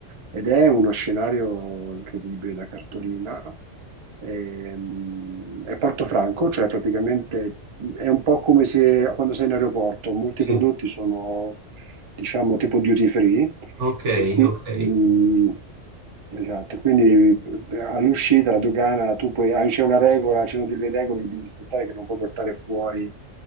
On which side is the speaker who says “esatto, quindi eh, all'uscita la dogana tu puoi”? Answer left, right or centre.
Right